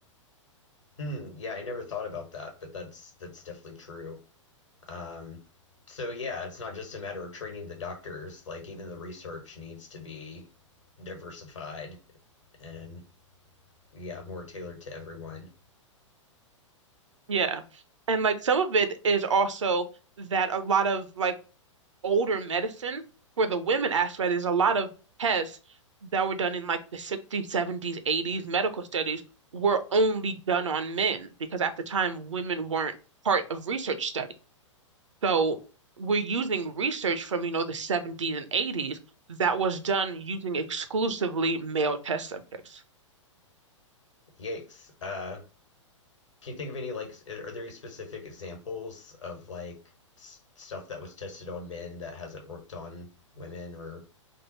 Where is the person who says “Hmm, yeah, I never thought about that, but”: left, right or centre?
Left